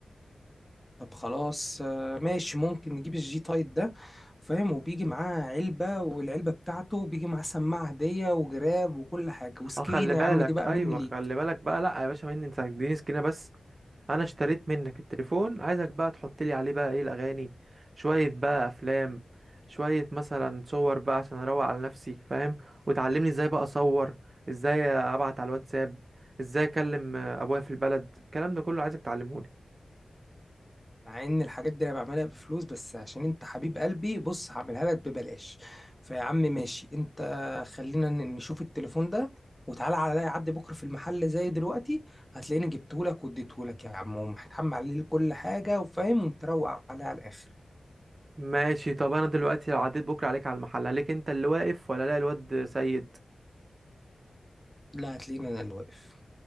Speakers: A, in the centre; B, on the right.
A: طب خلاص آه، ماشي ممكن نجيب الجي تايب ده فاهم وبيجي معاه علبة والعلبة بتاعته بيجي معاه سماعة هدية وجراب وكل حاجة وسكرين
B: اه خلي بالك
A: يا عم دي بقى
B: ايوه
A: مني ليك
B: خلي بالك بقى لا يا باشا مني انت اديني سكينه بس انا اشتريت منك التليفون عايزك بقى تحط لي عليه بقى ايه الاغاني شويه بقى افلام شويه مثلا صور بقى عشان اروق على نفسي فاهم وتعلمني ازاي بقى اصور ازاي ابعت على الواتساب ازاي اكلم آه، ابويا في البلد الكلام ده كله عايزك تعلمهولي
A: مع ان الحاجات دي انا بعملها بفلوس بس عشان انت حبيب قلبي بص هعملها لك ببلاش فيا عم ماشي انت خلينا ن- نشوف التليفون ده وتعالى عليا عدي بكرة في المحل زي دلوقتي هتلاقيني جبتهولك واديتهولك يا عم ومحتحم عليه كل حاجة وفاهم ومتروق عليه على الآخر
B: ماشي طب انا دلوقتي لو عديت بكره عليك على المحل عليك انت اللي واقف ولا لا الواد سيد
A: لا هتلاقيني انا اللي واقف